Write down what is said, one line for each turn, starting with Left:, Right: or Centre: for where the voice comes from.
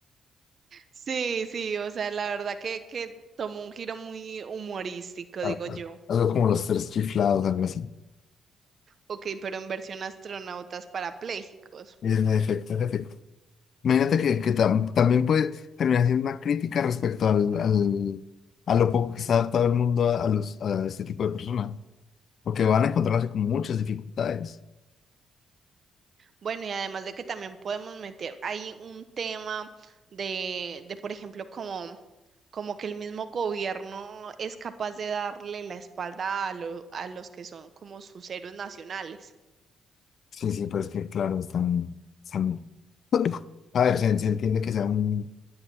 Right: Sí, sí, o sea, la verdad que, que tomó un giro muy humorístico,
Left: a-
Right: digo yo.
Left: a- algo como los tres chiflados, algo así.
Right: Ok, pero en versión astronautas parapléjicos.
Left: En efecto, en efecto. Imagínate que, que tam- también puede terminar siendo una crítica respecto al, al- a lo poco que está adaptado el mundo a, a los, a este tipo de personas. porque van a encontrarse con muchas dificultades.
Right: Bueno, y además de que también podemos meter ahí un tema de, de por ejemplo, como, como que el mismo gobierno es capaz de darle la espalda a, lo- a los que son como sus héroes nacionales.
Left: Sí, sí, pues que claro, están, están, A ver, se, se entiende que sea un,